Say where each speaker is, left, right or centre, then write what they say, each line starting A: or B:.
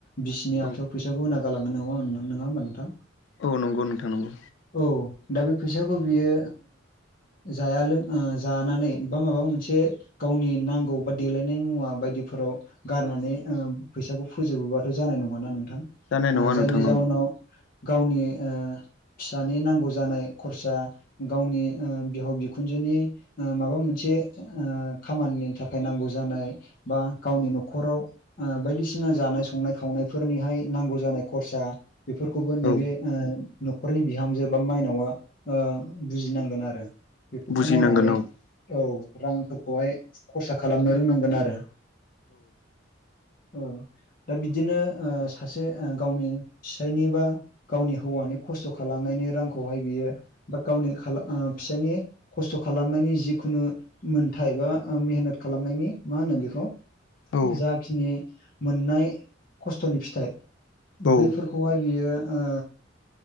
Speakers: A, on the left (about 45°); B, on the left (about 65°).
A: बिसिनि
B: औ
A: आखायाव फैसाबो होना गालाङो नङा नङा होमबा नोंथां?
B: औ नंगौ नोंथां नंगौ।
A: औ दा बे फैसाखौ बियो जाया लोङा ओ जानानै बा माबा मोनसे गावनि नांगौ बा देलायनाय मुवा बायदिफोराव गारनानै ओ फैसाखौ फोजोबोबाथ' जानाय नङाना नोंथां।
B: जानाय नङा नोंथां
A: जायनि जाउनाव गावनि ओ फिसानि नांगौ जानाय खरसा गावनि ओ बिहाव बिखुनजोनि ओ माबा मोनसे ओ खामानिनि थाखाय नांगौ जानाय बा गावनि न'खराव ओ बायदिसिना जानाय संनाय खावनायफोरनिहाय नांगौ जानाय खरसा बेफोरखौबो नैबे
B: औ
A: ओ न'खरनि बिहामजो बा माइनावा ओ बुजिनांगोन आरो। बेफोरखौ
B: बुजिनांगोन
A: नायनानै
B: औ
A: औ रांफोरखौहाय खरसा खालामनो रोंनांगोन आरो। औ दा बिदिनो ओ
B: औ
A: सासे ओ गावनि फिसायनि बा गावनि हौवानि खस्थ' खालामनायनि रांखौहाय बियो बा गावनि खाला- ओ फिसायनि खस्थ' खालामनायनि जिखुनु मोनथाय बा ओ मेहनत खालामनायनि मा होनो बेखौ
B: औ
A: जाखिनि मोननाय खस्थ'नि फिथाइ
B: औ
A: बैफोरखौहाय बियो ओ